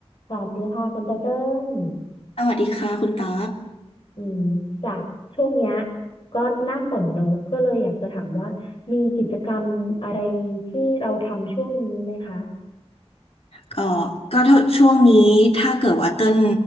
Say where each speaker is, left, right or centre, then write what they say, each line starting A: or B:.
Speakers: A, on the left; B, on the left.
A: สวัสดีค่ะคุณไตเติ้ล
B: สวัสดีค่ะคุณตั๊ก
A: อืมจากช่วงเนี้ยก็หน้าฝนเนอะก็เลยอยากจะถามว่ามีกิจกรรมอะไรที่เราทำช่วงนี้ไหมคะ
B: ก็ก็ถ้าช่วงนี้ถ้าเกิดว่าเต้น